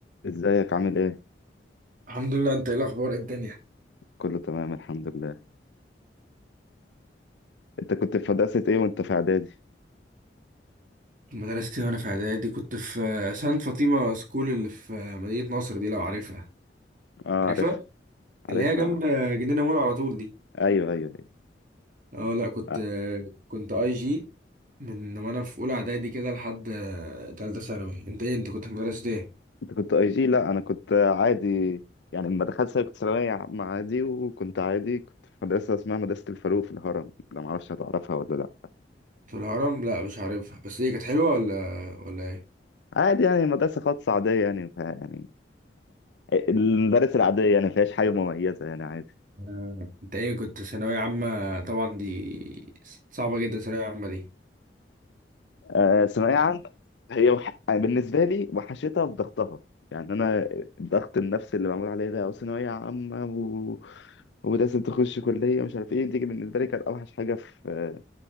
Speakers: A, on the left (about 80°); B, on the right (about 50°).
A: ازيك عامل ايه؟
B: الحمد لله انت ايه الاخبار ايه الدنيا
A: كله تمام الحمد لله انت كنت في مدرسة ايه وانت في اعدادي؟
B: مدرستي وانا في اعدادي كنت في آه، سانت فاطمه سكول اللي في آه، مدينه نصر دي لو عارفها
A: اه
B: عارفها
A: عارفها عارفها
B: اللي هي جنب آه، جنينه مول على طول دي
A: ايوه ايوه ايوه
B: اه لا كنت
A: آه.
B: آه، كنت اي جي من وانا في اولى اعدادي كده لحد آه، تالتة ثانوي انت ايه انت كنت في مدرسه ايه
A: انت كنت اي جي لا انا كنت عادي يعني لما دخلت ثانوي كنت ثانوية عامة عادي وكنت عادي كنت في مدرسة اسمها مدرسة الفاروق في الهرم لا معرفش هتعرفها ولا لا
B: في الهرم لا مش عارفها بس ايه كانت حلوه ولا ولا ايه
A: عادي يعني مدرسة خاصة عادية يعني ف- يعني المدارس العادية يعني ما فيهاش حاجة مميزة يعني عادي
B: آه، انت ايه كنت ثانويه عامه طبعا دي صعبه جدا ثانويه عامه دي
A: آه، ثانوية عامة هي وح... أنا بالنسبة لي وحشتها في ضغطها يعني أنا الضغط النفسي اللي معمول عليا ده وثانوية عامة و... ولازم تخش كلية مش عارف إيه دي بالنسبة لي كانت أوحش حاجة في